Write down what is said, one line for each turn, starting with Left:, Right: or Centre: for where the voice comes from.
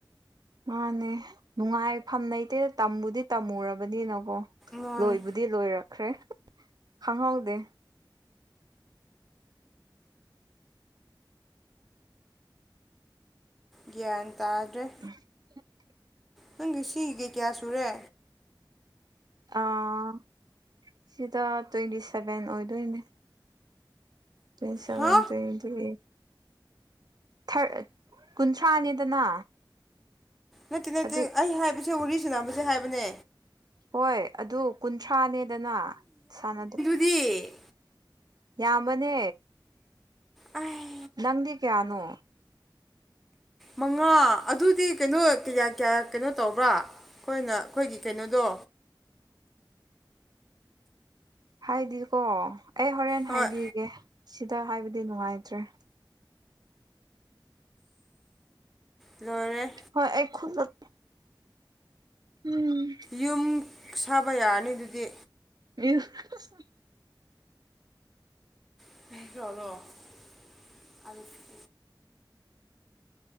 Right: ꯃꯥꯅꯦ ꯅꯨꯡꯉꯥꯏꯐꯝ ꯂꯩꯇꯦꯗ ꯇꯝꯕꯨꯗꯤ ꯇꯝꯃꯨꯔꯕꯅꯤꯅꯀꯣ
Centre: ꯃꯥꯅꯤ
Right: ꯂꯣꯏꯕꯨꯗꯤ ꯗꯤ ꯂꯣꯏꯔꯛꯈ꯭ꯔꯦ ꯈꯪꯍꯧꯗꯦ
Centre: ꯒ꯭ꯌꯥꯟ ꯇꯥꯗ꯭ꯔꯦ
Right: <unintelligible>
Centre: ꯅꯪꯒꯤ ꯁꯤ ꯒꯤ ꯀꯌꯥ ꯁꯨꯔꯦ
Right: ꯑꯥ ꯁꯤꯗ ꯇ꯭ꯋꯦꯟꯇꯤ ꯁꯚꯦꯟ ꯑꯣꯏꯗꯣꯏꯅꯦ ꯇ꯭ꯋꯦꯟꯇꯤ ꯁꯚꯦꯟ
Centre: ꯍꯥ
Right: ꯇ꯭ꯋꯦꯟꯇꯤ ꯑꯩꯠ ꯊꯔ ꯀꯨꯟꯊ꯭ꯔꯥꯅꯤꯗꯅ
Centre: ꯅꯠꯇꯦ ꯅꯠꯇꯦ
Right: ꯑꯗꯨ
Centre: ꯑꯩ ꯍꯥꯏꯕꯁꯦ ꯋꯥꯔꯤ ꯁꯟꯅꯕꯁꯦ ꯍꯥꯏꯕꯅꯦ
Right: ꯍꯣꯏ ꯑꯗꯨ ꯀꯨꯟꯊ꯭ꯔꯥꯅꯦꯗꯅ ꯁꯥꯟꯅꯗꯣ
Centre: ꯄꯤ
Right: ꯌꯥꯝꯕꯅꯦ
Centre: ꯑꯥꯏ
Right: ꯅꯪꯗꯤ ꯀꯌꯥꯅꯣ
Centre: ꯃꯉꯥ ꯑꯗꯨꯗꯤ ꯀꯩꯅꯣ ꯀꯌꯥ ꯀꯌꯥ ꯀꯩꯅꯣ ꯇꯧꯕ꯭ꯔꯥ ꯑꯩꯈꯣꯏꯅ ꯑꯩꯈꯣꯏꯒꯤ ꯀꯩꯅꯣꯗꯣ
Right: ꯍꯥꯏꯗꯤꯀꯣ ꯑꯩ ꯍꯣꯔꯦꯟ
Centre: ꯍꯣꯏ
Right: ꯍꯥꯏꯕꯤꯒꯦ ꯁꯤꯗ ꯍꯥꯏꯕꯗꯤ ꯅꯨꯡꯉꯥꯏꯇ꯭ꯔꯦ
Centre: ꯂꯣꯏꯔꯦ
Right: ꯍꯣꯏ ꯑꯩ ꯈꯨꯂꯛ ꯎꯝ
Centre: ꯌꯨꯝ ꯁꯥꯕ ꯌꯥꯔꯅꯤ ꯑꯗꯨꯗꯤ
Right: <unintelligible>
Centre: <unintelligible>